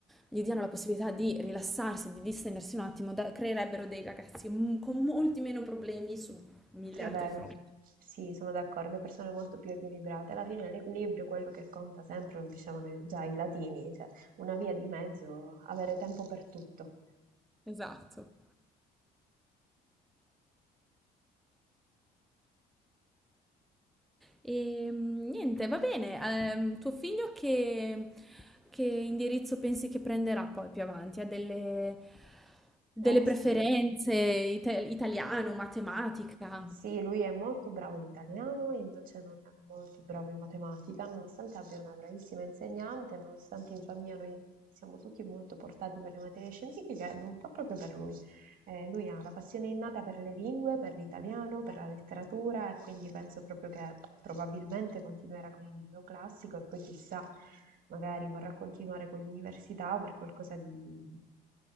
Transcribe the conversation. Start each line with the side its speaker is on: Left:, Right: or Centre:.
Centre: gli diano la possibilità di rilassarsi, di distendersi un attimo, da- creerebbero dei ragazzi mm, con molti meno problemi su mille
Right: È
Centre: altri
Right: vero,
Centre: fronti.
Right: sì, sono d'accordo, persone molto più equilibrate. Alla fine l'equilibrio è quello che conta sempre, lo dicevano già i latini, cioè una via di mezzo, avere tempo per tutto.
Centre: Esatto. E mm, niente, va bene. Ehm, tuo figlio che, che indirizzo pensi che prenderà poi più avanti? Ha delle, delle
Right: Eh
Centre: preferenze,
Right: sì,
Centre: ita- italiano, matematica?
Right: Sì, lui è molto bravo in italiano e invece non è molto bravo in matematica, nonostante abbia una bravissima insegnante, nonostante in famiglia noi siamo tutti molto portati per le materie scientifiche, non fa proprio per lui. Eh, lui ha la passione innata per le lingue, per l'italiano, per la letteratura e quindi penso proprio che probabilmente continuerà con il liceo classico e poi chissà, magari vorrà continuare con l'università o per qualcosa di